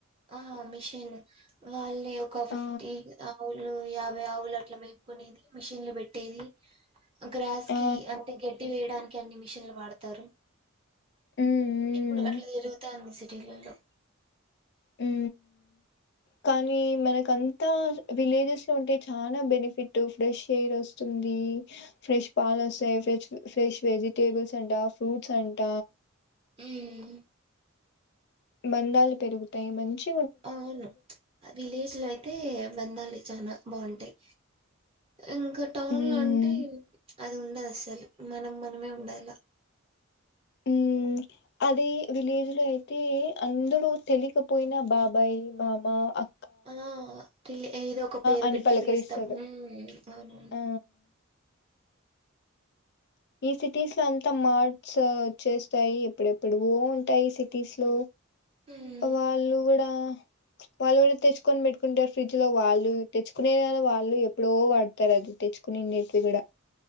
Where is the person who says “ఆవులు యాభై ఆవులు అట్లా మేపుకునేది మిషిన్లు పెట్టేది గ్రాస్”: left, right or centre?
Right